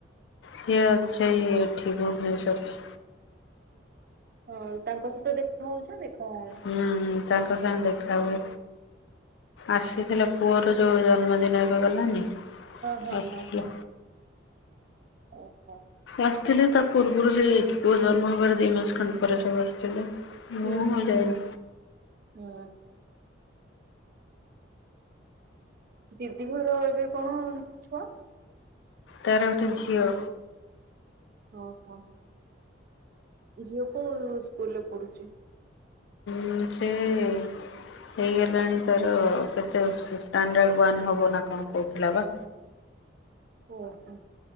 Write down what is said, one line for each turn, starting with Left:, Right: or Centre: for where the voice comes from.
Left: ସିଏ ଅଛି-ଇ ଏଠି ଭୁବନେଶରରେ।
Right: ହଁ, ତାଙ୍କ ସହିତ ଦେଖା ହଉଚି ନା ଦେଖା ଯାଉନି?
Left: ହୁଁ, ହୁଁ, ତାଙ୍କ ସାଙ୍ଗେ ଦେଖା ହୁଏ। ଆସିଥିଲେ
Right: ହଁ
Left: ପୁଅର ଯୋଉ ଜନ୍ମଦିନ ଏବେ ଗଲାନି।
Right: ହଁ ହଁ
Left: ଆସିଥିଲେ
Right: ହଁ ହଁ। ଓହୋ!
Left: ଆସିଥିଲେ ତା, ପୂର୍ବରୁ ସେ ପୁଅ ଜନ୍ମ ହେବାର ଦି ମାସ ଖଣ୍ଡେ ପରେ ସବୁ ଆସିଥିଲେ। ମୁଁ
Right: ହୁଁ ହୁଁ
Left: ଆଉ
Right: ହୁଁ
Left: ଯାଇନି
Right: ହଁ ହଁ। ଦିଦି ଘର ଏବେ କଣ ଛୁଆ?
Left: ତାର ଗୋଟେ ଝିଅ।
Right: ଓହୋ। ଝିଅ କୋଉ ସ୍କୁଲ ରେ ପଢୁଛି?
Left: ଉଁ ଛେ-ଏ ହେଇଗଲାଣି ତାର କେତେ, ଷ୍ଟାଣ୍ଡାର୍ଡ଼ ୱାନ୍ ହବ ନା କଣ କଉଥିଲା ବା?
Right: ଓହୋ!